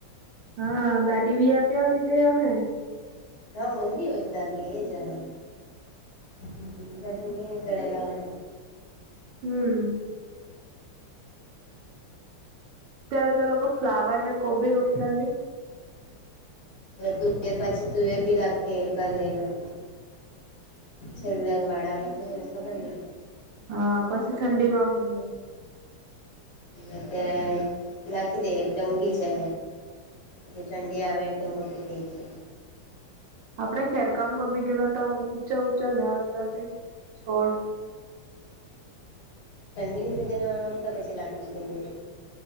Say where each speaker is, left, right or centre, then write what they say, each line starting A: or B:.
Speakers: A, on the right; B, on the left.
A: હા દાદી બી આપ્યા લીધે આહે.
B: હા, મને ભી એવુંજ લાગે એ જ આહે જ <inaudible> બી કડલા આહે
A: હમ્મ.
B: હમ. <inaudible>
A: ત્યારે તો લોકો ફ્લાવર ને કોબી રોપતા છે
B: તુવેર પાછી તુવેર બી લખે કરે એ લોકો સુંદરવાડા માં જોઈને ખબર ને
A: હા પછી ઠંડી વધે.
B: અત્યારે નાખી દે એટલે ઊંઘી છે. પછી ઠંડી આવે એટલે મોટી થઈ જાય.
A: આપડે ખરેખર ગમી ગયેલા હતા ઊંચા ઊંચા ઝાડ હતા તે છોડ
B: ઠંડીની સિઝનમાં મસ્ત પછી લાગતી થઈએ.